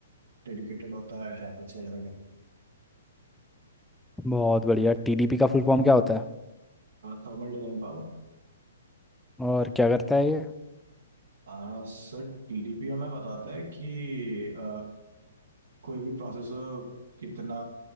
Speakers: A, on the right; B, in the centre.
A: डेडिकेटेड होता है ग्राफिक्स वगैरह के
B: बहुत बढ़िया टीडीपी का फुल फॉर्म क्या होता है
A: Thermal design power
B: और क्या करता है ये
A: हाँ सर टीडीपी हमें बताता है कि अ, कोई भी प्रोसेसर कितना